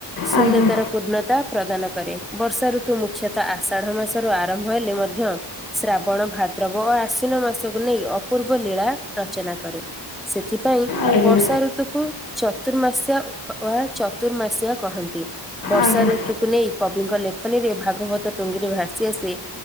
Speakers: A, in the centre; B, on the left.
A: ଶୂନ୍ୟତାର
B: ଆଜ୍ଞା ଆଜ୍ଞା
A: ପୂର୍ଣ୍ଣତା ପ୍ରଦାନ କରେ। ବର୍ଷାଋତୁ ମୁଖ୍ୟତଃ ଆଷାଢ ମାସରୁ ଆରମ୍ଭ ହେଲେ ମଧ୍ୟ ଶ୍ରାବଣ, ଭାଦ୍ରବ ଓ ଆଶ୍ୱିନ ମାସକୁ ନେଇ ଅପୂର୍ବ ଲୀଳା ରଚନା କରେ। ସେଥିପାଇଁ
B: ଆଜ୍ଞା ଆଜ୍ଞା
A: ବର୍ଷାଋତୁକୁ ଚର୍ତୁମାସିଆ ଚର୍ତୁମାସିଆ କହନ୍ତି। ବର୍ଷାଋତୁ
B: ଆଜ୍ଞା
A: କୁ ନେଇ କବିଙ୍କ ଲେଖନୀରେ ଭାଗବତ ଟୁଙ୍ଗିରେ ଭାସି ଆସେ